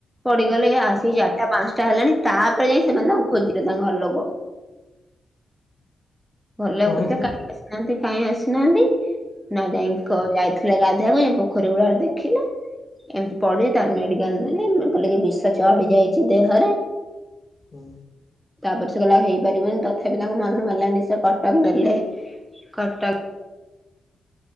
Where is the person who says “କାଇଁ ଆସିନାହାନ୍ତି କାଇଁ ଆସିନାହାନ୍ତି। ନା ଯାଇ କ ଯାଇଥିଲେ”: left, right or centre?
Centre